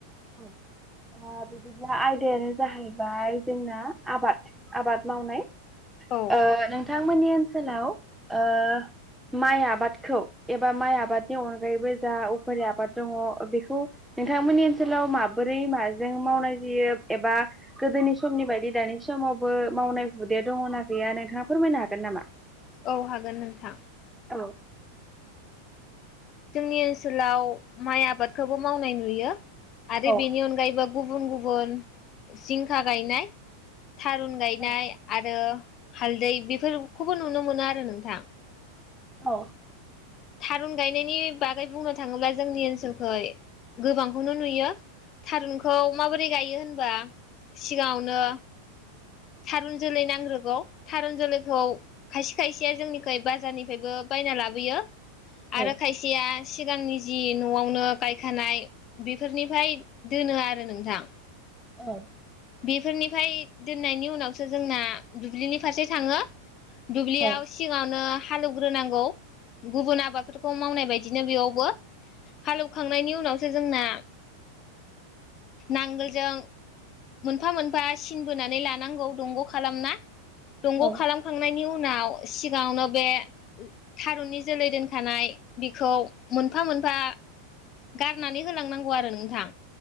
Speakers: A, in the centre; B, on the left (about 35°).
A: औ ओ बिदिब्ला आयदायानो जाहैबाय जोंना आबाद आबाद मावनाय।
B: औ
A: ओ नोंथांमोननि ओनसोलाव ओ माइ आबादखौ एबा माइ आबादनि अनगायैबो जा उफेरा आबाद दङ बेखौ नोंथांमोननि ओन -सोलाव माबोरै माजों मावनाय जायो एबा गोदोनि समनि बायदि दानि समावबो मावनाय हुदाया दङ'ना गैया नोंथाङा फोरमायनो हागोन नामा?
B: औ हागोन नोंथां।
A: औ
B: जोंनि ओनसोलाव माइ आबादखौबो मावनाय नुयो आरो
A: औ
B: बेनि अनगायैबो गुबुन गुबुन जिंखा गायनाय थारुन गायनाय
A: औ
B: आरो हालदै बेफोरखौबो नुनो मोनो आरो नोंथां।
A: औ।
B: थारुन गायनायनि बागै बुंनो थाङोब्ला जोंनि ओनसोलखै गोबांखौनो नुयो। थारुनखौ माबोरै गायो होनबा सिगाङावनो थारुन जोलै नांग्रोगौ थारुन जोलैखौ खायस खायसेया जोंनिखै बाजारनिफ्रायबो बायना लाबोयो
A: औ
B: आरो खायसेया सिगांनि जि न'आवनो गायखानाय बेफोरनिफ्राय दोनो आरो नोंथां।
A: औ।
B: बेफोरनिफ्राय दोननायनि उनावसो जोंना दुब्लिनि फारसे थाङो। दुब्लियाव
A: औ
B: सिङावनो हालौवग्रोनांगौ गुबुन आबादफोरखौ मावनाय बायद दिनो बेयावबो हालौखांनायनि उनाव सो जोंना नांगोलजों मोनफा मोनफा सिन बोनानै लानांगौ दंग' खालामना। दंग'
A: औ
B: खालामखांनायनि उन उनाव सिगाङावनो बे थारुननि जोलै दोनखानाय बिखौ मोनफा मोन - फा गारनानै होलांनांगौ आरो नोंथां